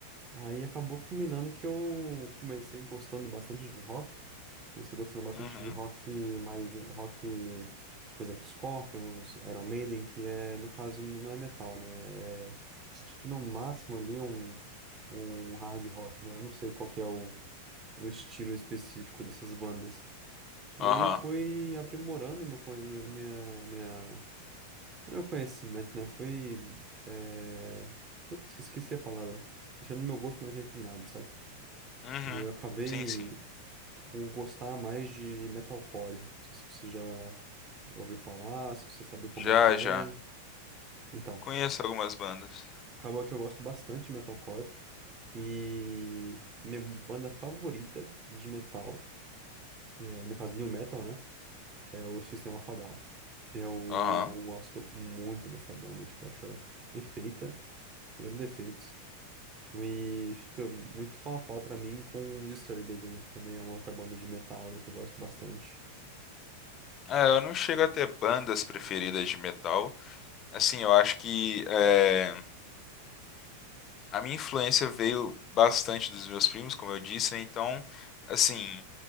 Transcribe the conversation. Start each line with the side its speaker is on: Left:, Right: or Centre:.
Right: aí acabou culminando que eu comecei gostando bastante de rock. Comecei gostando bastante
Left: uhum,
Right: de rock mais eh, rock, tipo, por exemplo, Scorpions, Iron Maiden, que é, no caso, n- não é metal, né? É, acho que no máximo ali um, um hard rock, né? Eu não sei qual que é o o estilo específico dessas bandas. E
Left: aham,
Right: aí eu fui aprimorando meu, conhe- minha, minha, não, é meu conhecimento, né? Fui, é... Putz, esqueci a palavra. Deixando meu gosto mais refinado, sabe?
Left: uhum.
Right: E aí eu acabei
Left: Sim, sim.
Right: por gostar mais de metalcore. Não sei se você já ouviu falar, se você sabe como
Left: Já,
Right: é que é.
Left: já.
Right: Então,
Left: Conheço algumas bandas.
Right: acabou que eu gosto bastante de metalcore. E a minha banda favorita de metal, é, no caso, new metal, né? é o Sistema of a Down. Eu
Left: Aham.
Right: gosto muito dessa banda, tipo, acho ela perfeita, zero defeitos. E fica muito pau a pau pra mim com o Disturbed, né? Que também é uma outra banda de metal ali que eu gosto bastante.
Left: É, eu não chego a ter bandas preferidas de metal. Assim, eu acho que é, a minha influência veio bastante dos meus primos, como eu disse, né? Então, assim,